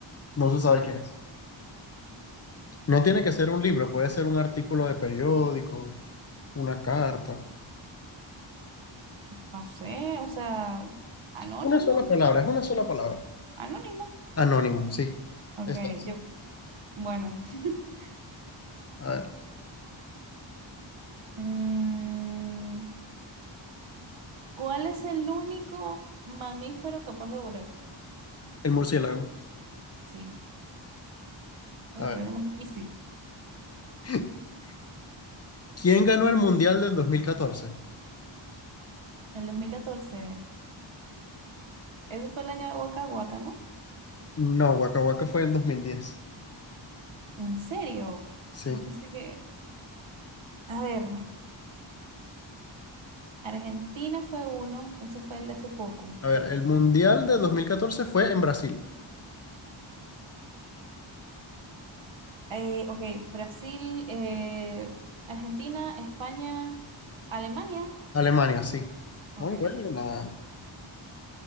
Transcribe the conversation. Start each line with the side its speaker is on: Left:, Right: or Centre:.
Left: no se sabe quién es? No tiene que ser un libro, puede ser un artículo de periódico, una carta.
Right: no sé, o sea, anónimo,
Left: Una sola palabra, es una sola palabra.
Right: anónimo.
Left: Anónimo, sí.
Right: Ok,
Left: Esta es.
Right: yo, bueno. <laughs>
Left: A ver,
Right: Mm, ¿cuál es el único mamífero capaz de volar?
Left: el murciélago.
Right: Sí, tengo
Left: A ver.
Right: que ponerlo más difícil.
Left: <laughs> ¿Quién ganó el Mundial del dos mil catorce
Right: El 2014, Ese fue el año de Waka Waka, ¿no?
Left: No, Waka Waka fue en dos mil diez
Right: ¿En serio?
Left: Sí.
Right: Yo pensé que... A ver. Argentina fue uno, ese fue el de hace poco.
Left: A ver, el Mundial de dos mil catorce fue en Brasil.
Right: Eh, ok, Brasil, eh, Argentina, España, Alemania.
Left: Alemania, sí.
Right: Ok.
Left: Muy buena.